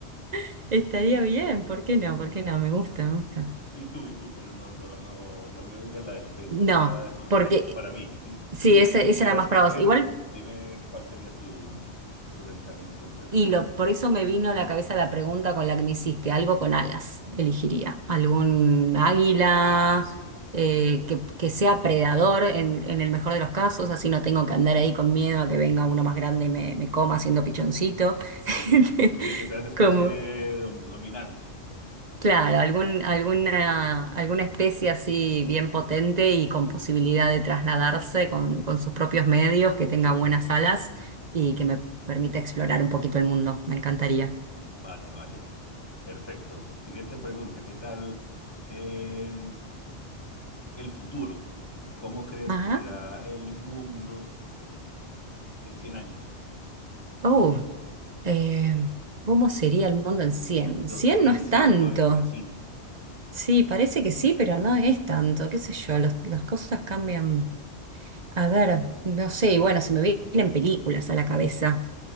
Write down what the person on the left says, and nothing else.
Y tú, y tú, pero no, no, no, no me digas la del pez
porque esa es una
sugerencia para mí. Y si
tú,
tú si
pudieras
coger,
dime cuál sería tu, tu reencarnación preferida.
Ah, sí, sí, sí.
<laughs>
Sí,
sí, que seas especie
de dom- dominante.
Vale, vale. Perfecto. Siguiente pregunta, ¿qué tal eh, el futuro? ¿Cómo crees
que será el mundo en 100 años?
Dos mil
ciento
veinticinco.